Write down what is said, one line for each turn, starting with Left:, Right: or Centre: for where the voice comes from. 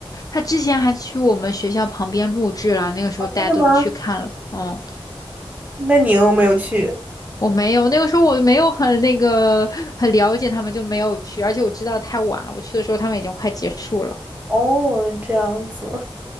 Left: 他之前还去我们学校旁边录制了，那个时候大家都去看了，
Right: 哦，真的吗？
Left: 嗯
Right: 那你有没有去？
Left: 我没有，那个时候我没有很那个很了解他们，就没有去，而且我知道太晚了，我去的时候他们已经快结束了。
Right: 哦，这样子。